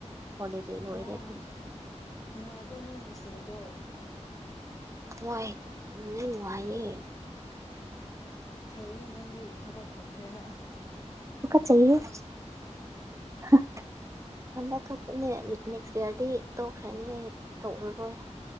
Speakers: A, on the right (about 25°); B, on the left (about 30°).
A: ꯍꯣꯂꯤꯗꯦ ꯂꯣꯏꯔꯦ
B: ꯑꯣ
A: ꯑꯩꯈꯣꯏꯒꯤ
B: ꯅꯨꯡꯉꯥꯏꯕ꯭ꯔꯥ ꯅꯣꯏ ꯍꯣꯁꯇꯦꯜꯗꯣ
A: ꯍꯣꯏ ꯃ ꯅꯨꯡꯉꯥꯏꯌꯦ
B: ꯐꯩꯌꯦꯩꯅ ꯅꯪꯗꯤ ꯊꯕꯛ ꯐꯪꯈ꯭ꯔꯦꯅ
A: ꯆꯌꯦ <unintelligible> ꯍꯟꯗꯛ ꯈꯛꯇꯅꯦ ꯅꯦꯛꯁ ꯏꯌꯥꯔꯗꯤ ꯇꯣꯛꯈ꯭ꯔꯅꯤ ꯑꯩ ꯇꯧꯔꯨꯔꯣꯏ